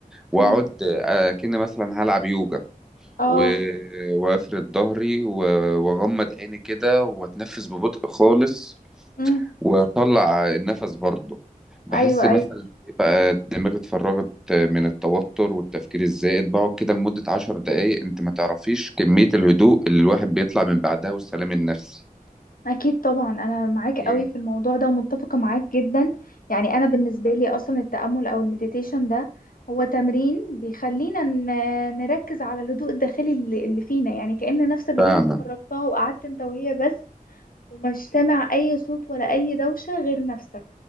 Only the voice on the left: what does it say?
مم.
اه
امم
ايوه
ايوه
اكيد طبعا انا معاك قوي
في الموضوع ده ومتفقه معاك جدا يعني انا بالنسبه لي اصلا التامل او المديتيشن ده هو تمرين بيخلينا ن- نركز على الهدوء الداخلي اللي اللي فينا يعني كأن نفسك دي
انت خرجتها وقعدت انت وهي بس ومش سامع اي صوت ولا اي دوشه غير نفسك